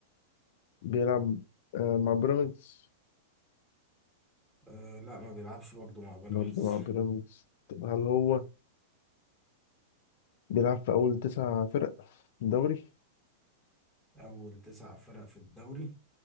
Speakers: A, on the left (about 60°); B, in the centre.
A: بيلعب آه، مع بيراميدز
B: أه لا ما بيلعبش برضه مع بيراميدز
A: برضه مع بيراميدز طب هل هو بيلعب في أول تسع فرق في الدوري؟
B: <laughs> أول تسع فرق في الدوري